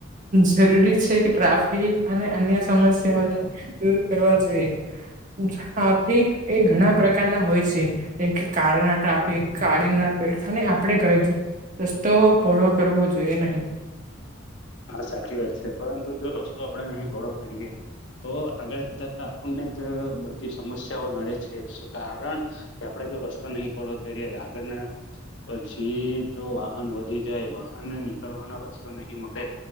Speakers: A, on the right; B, on the left.
A: જરૂરી છે કે ટ્રાફિક અને અન્ય સમસ્યાઓને દૂર કરવા જોઈએ ટાફી એ ઘણા પ્રકારના હોય છે જેમ કે કાળીના ટ્રાફિક કાળીના અને આપણે રસ્તો પહોળો કરવો જોઈએ નહી
B: <inaudible> હા સાચી વાત છે પરંતુ જો રસ્તો આપડણે નહીં પહોળો કરીએ તો આગળ જતા આપણે જ બધી સમસ્યાઓ નડે છે છતાં કારણ કે આપડણે જો રસ્તો નહીં પહોળો કરીએ આગળ પછી જો વાહન વધી જાય વાહન નીકળવાનો રસ્તો નહી મળે